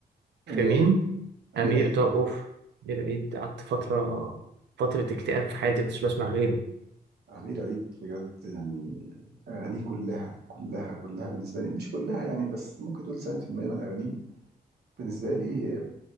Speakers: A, on the right (about 85°); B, on the right (about 70°).
A: في
B: امير
A: مين؟
B: عيد امير
A: أمير
B: عيد
A: طرقوف أمير عيد قعدت فترة فترة اكتئاب في حياتي مكنتش بسمع غيره
B: امير عيد بجد يعني اغانيه كلها كلها كلها بالنسبة لي مش كلها يعني بس ممكن تقول 90% من اغانيه بالنسبة لي